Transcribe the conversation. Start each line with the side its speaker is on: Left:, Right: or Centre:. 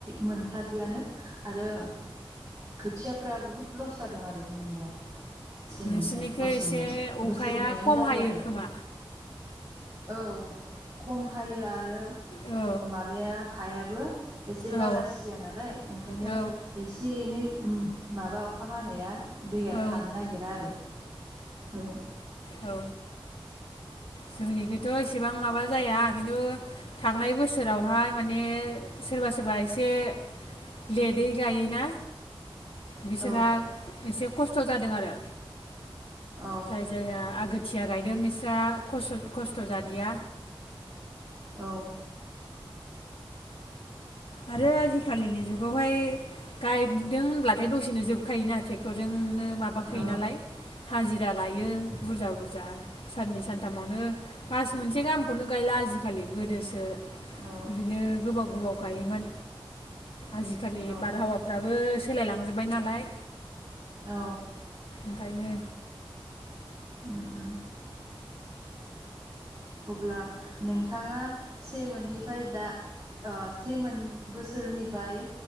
Right: मोनखादियानो। आरो खोथियाफ्रा बुहुद लस जादों आरो। जोंनिया सेमोनहाय
Left: नोंसिनिखौ
Right: असेमोन
Left: एसे अखाया
Right: बोसोरनैयानो
Left: खम
Right: जाबाय
Left: हायो
Right: आरो।
Left: खोमा
Right: औ खम हायो आरो
Left: औ
Right: माबाया हायाबो एसे
Left: औ
Right: बालासिया नालाय ओंखायनो
Left: औ
Right: एसे एनै उम माबा अखा हानाया दैया
Left: औ
Right: थानो नागिरा आरो। औ
Left: औ जोंनिखैथ' इसेबां माबा जाया खिन्थु थांनाय बोसोरावहाय माने सोरबा सोरबा एसे लेटै गायोना बिसोरहा
Right: औ
Left: खस्थ' जादों आरो।
Right: औ
Left: जाय जायना आगोथिया गायदों बिस्रा खस खस्थ' जादिया
Right: औ
Left: आरो आजिखालिनि जुगावहाय गायदों होनब्लाथाय दसेनो जोबखायोना टेक्टरजों उम नो माबाखायो
Right: औ
Left: नालाय हाजिरा लायो बुरजा बुरजा साननै सानथामावनो मास मोनसे गाहाम खौनो गायला आजिखालि गोदोसो
Right: औ
Left: इदिनो गोबाव गोबाव गायोमोन आजिखालि
Right: औ औ
Left: बारहावाफ्राबो सोलायलांजोब बाय नालाय
Right: औ
Left: ओंखायनो
Right: उम उम अब्ला नोंथाङा सेमोननिफ्राय दा ओ सेमोन बोसोरनिफ्राय